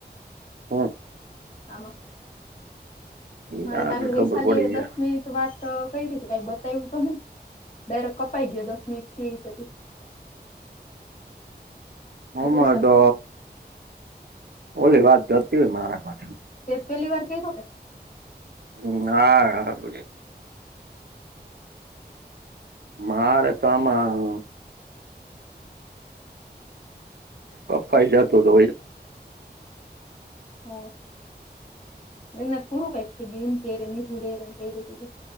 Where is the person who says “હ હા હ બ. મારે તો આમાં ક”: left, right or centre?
Right